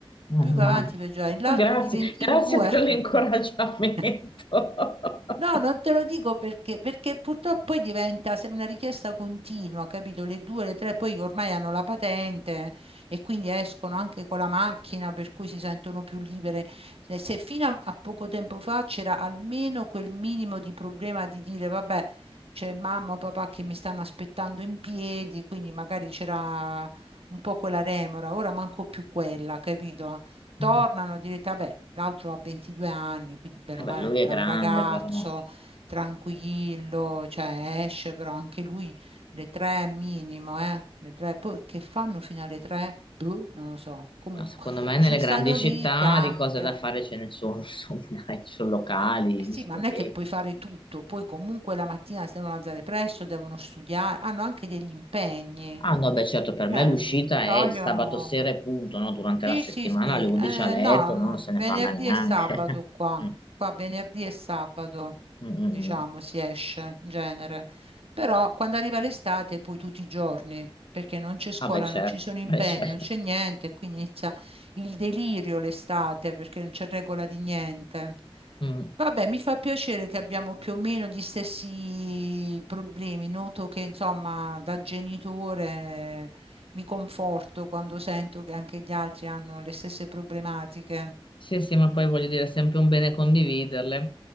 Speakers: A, on the left (about 55°); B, on the right (about 80°).
A: Eh, immagino.
B: Più vai avanti peggio è, l'altro
A: Grazie,
B: di 22.
A: grazie per l'incoraggiamento.
B: <laughs>
A: <laughs>
B: No, non te lo dico perché, perché purtroppo poi diventa se- una richiesta continua, capito? Le due, le tre, poi ormai hanno la patente e quindi escono anche con la macchina, per cui si sentono più libere. Se se fino a a poco tempo fa c'era almeno quel minimo di problema di dire, vabbè c'è mamma o papà che mi stanno aspettando in piedi, quindi magari c'era un po' quella remora, ora manco più quella, capito? Tornano,
A: Mm.
B: direte, vabbè, l'altro ha 22 anni, quindi bene
A: Vabbè,
B: o male,
A: lui
B: bravo
A: è grande,
B: ragazzo,
A: però
B: tranquillo, cioè esce, però anche lui le tre minimo, eh? Le tre, poi che fanno fino alle tre? Boh, non lo so. Comunque,
A: no, secondo me
B: dice,
A: nelle grandi
B: stanno
A: città
B: lì, chiacchierano.
A: di cose da fare ce ne sono, <laughs> insomma, dai, ci sono locali,
B: Eh sì,
A: discoteche.
B: ma non è che puoi fare tutto, poi comunque la mattina si devono alzare presto, devono studiare, hanno anche degli impegni.
A: Ah no, beh certo, per
B: Cioè,
A: me l'uscita
B: ti
A: è
B: vogliono...
A: il sabato sera e punto, no? Durante
B: Sì,
A: la settimana
B: sì, sì. Eh,
A: alle 11 a letto,
B: no, no.
A: no? Non se ne
B: Venerdì
A: parla neanche.
B: e sabato qua.
A: <laughs>
B: Qua venerdì e sabato,
A: Mm, mm,
B: diciamo,
A: mm.
B: si esce in genere. Però quando arriva l'estate, poi tutti i giorni, perché non c'è scuola,
A: Ah beh certo,
B: non ci sono impegni,
A: beh certo.
B: non c'è niente, e quindi inizia il delirio l'estate, perché non c'è regola di niente.
A: Mm.
B: Vabbè, mi fa piacere che abbiamo più o meno gli stessi problemi. Noto che, insomma, da genitore mi conforto quando sento che anche gli altri hanno le stesse problematiche.
A: Sì, sì, ma poi voglio dire, è sempre un bene condividerle,